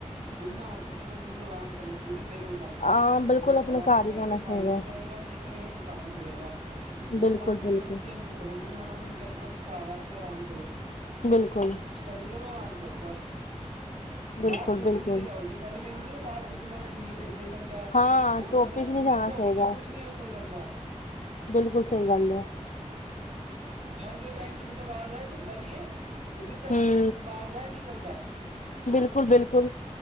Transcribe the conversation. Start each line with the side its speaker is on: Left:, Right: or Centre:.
Right: ਜਿੰਨਾ ਹੋ ਸਕੇ ਬੰਦੇ ਨੂੰ ਆਰਾਮ ਕਰਨਾ ਚਾਹੀਦਾ। ਮੇਰੇ ਮੁਤਾਬਿਕ
Left: ਹਾਂ ਬਿਲਕੁਲ
Right: ਅਗਰ
Left: ਆਪਣੇ
Right: ਆਰਾਮ
Left: ਘਰ
Right: ਕਰੇ
Left: ਹੀ ਪੈਣਾ
Right: ਤਾਂ
Left: ਚਾਹੀਦਾ
Right: ਫ਼ਾਇਦੇਮੰਦ
Left: ਹੈ,
Right: ਰਹੇਗਾ। ਨਹੀਂ ਕਰੇਗਾ ਤੇ ਘੱਟ ਚਲੇਗਾ ਸਕੂਲ
Left: ਬਿਲਕੁਲ
Right: ਜਾਣ ਵਾਲੇ
Left: ਬਿਲਕੁਲ।
Right: ਜੋ ਬੱਚੇ ਹਨ ਹੁੰਦੇ ਨੇ ਉਹਨਾਂ ਨੂੰ ਮੈਂ ਕਹਿੰਦਾ ਵਾ ਕਿ ਘਰ ਆ ਕੇ ਆਰਾਮ ਕਰੋ।
Left: ਬਿਲਕੁਲ
Right: ਸਟੱਡੀ ਕਰੋ, ਆਰਾਮ ਕਰੋ ਬੱਸ
Left: ਬਿਲਕੁਲ
Right: ਬਾਹਰ ਖੇਡਣ
Left: ਬਿਲਕੁਲ
Right: ਵੀ ਨਾ ਜਾਓ ਜੋ ਪਹਿਲੇ ਕਹਿਦੇ ਸੀ ਨਾ ਬਾਹਰ ਖੇਡਣ ਨਾਲ ਸਰੀਰ <unintelligible> ਹੀ ਰਹਿਦਾ ਹ
Left: ਹਾਂ
Right: ਉਹ
Left: ਧੁੱਪ
Right: ਰਹਿੰਦਾ
Left: ਚ ਨਹੀਂ
Right: ਇੰਨੀ
Left: ਜਾਣਾ
Right: ਧੁੱਪ
Left: ਚਾਹੀਦਾ।
Right: ਚ ਕੁਛ ਨੀ ਉਸੇ ਰਹਿੰਦਾ
Left: ਬਿਲਕੁਲ ਸਹੀ ਗੱਲ ਹੈ
Right: ਠੰਡ ਦੇ ਟਾਈਮ ਚ ਮਤਲਬ <unintelligible> ਚੱਲਦਾ ਵੀ ਏ। ਇਨੀ ਧੁੱਪ
Left: ਹਮ
Right: ਦੇ ਵਿੱਚ ਬਾਹਰ ਜਾ ਏ ਨੀ ਚੱਲਦਾ।
Left: ਬਿਲਕੁਲ ਬਿਲਕੁਲ